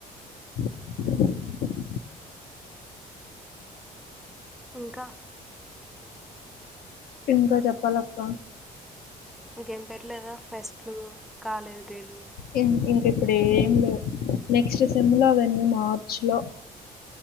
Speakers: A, on the left; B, in the centre.
A: హజ్
B: ఇంకా
A: ఇంకా చెప్పాలక్క
B: ఇంకేం పెట్టలేదా ఫెస్ట్లు కాలేజ్ డే లు
A: ఇన్ ఇంక ఇప్పుడు ఏం లేవ్ నెక్స్ట్ సెమ్లా అవన్నీ మార్చ్లో